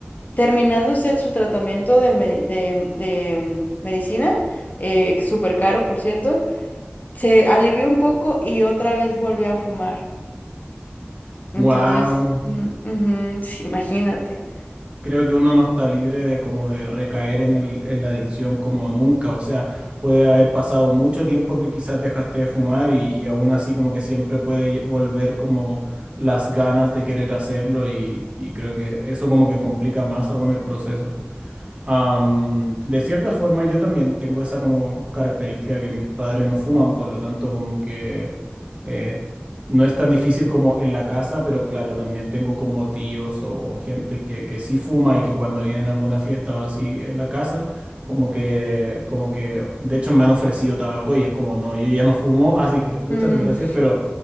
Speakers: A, on the left; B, on the right.
A: Terminando usted su tratamiento de, me- de- de, mm, medicina, eh, súper caro, por cierto, se alivió un poco y otra vez volvió a fumar. Entonces,
B: Wow.
A: mm, ujú, sí, imagínate.
B: creo que uno no está libre de como de recaer en el, en la adicción como nunca. O sea, puede haber pasado mucho tiempo que quizás dejaste de fumar y, y aún así como que siempre puede volver como las ganas de querer hacerlo y, y creo que eso como que complica más aún el proceso. Am, de cierta forma, yo también tengo esa como característica que mis padres no fuman, por lo tanto, como que eh, no es tan difícil como en la casa, pero claro, también tengo como tíos o, o gente que, que sí fuma y que cuando vienen a alguna fiesta o así en la casa, como que, como que, de hecho, me han ofrecido tabaco y es como, no, yo ya no fumo, <laughs> así que muchas
A: Mm,
B: gracias, pero